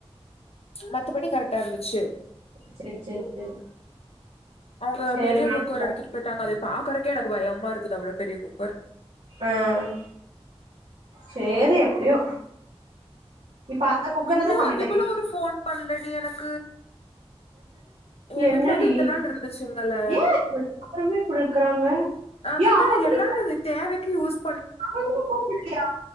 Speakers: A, on the left; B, on the right.
A: மத்தபடி கருட்டா இருந்துச்சு
B: சேரி சேரி சேரி சேரி
A: அவுங்க
B: சேரி
A: பெரிய
B: நல்லதுதா
A: குக்கர் எடுத்துட்டு பேய்ட்டாங்க அத பாக்குறக்கே எனக்கு பயமா இருக்குது அவ்ளோ பெரிய குக்கர்
B: ஆஹ் சேரி எப்டியோ இப்ப அந்த குக்கர்லதா
A: இன்னு
B: சமைக்கிறீங்க
A: அதுக்குள்ள ஒரு ஃபோன் பண்ல து எனக் என்
B: என்னடி
A: வீட்ல வந்து இத்தன நாள் இருந்துச்சுங்கல்ல
B: ஏன் எல்லாருமே இப்புடு இருக்குறாங்க
A: அதுதான்
B: ஏ அவங்குளுக்கு
A: எல்லாரும் இது தேவைக்கு யூஸ்
B: அவங்குளுக்கு